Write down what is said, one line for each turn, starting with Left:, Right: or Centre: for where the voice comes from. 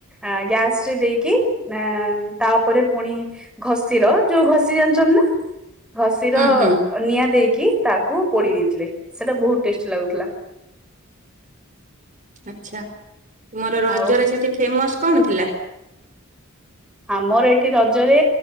Centre: ଆଁ ଗ୍ୟାସ ସେ ଦେଇକି ଆ ତା ଉପରେ ପୁଣି ଘଷିର ଯୋଉ ଘଷି ଜାଣିଚନ୍ତି ନା? ଘଷିର
Right: ହୁଁ ହୁଁ
Centre: ନିଆଁ ଦେଇକି ତାକୁ ପୋଡି ଦେଇଥିଲେ ସେଟା ବହୁତ ଟେଷ୍ଟି ଲାଗୁଥିଲା।
Right: ଆଚ୍ଛା ତୁମର ରଜରେ
Centre: ଆଉ
Right: ସେଇଠି ଫେମସ୍ କଣ ଥିଲା?
Centre: ଆମର ଏଇଠି ରଜରେ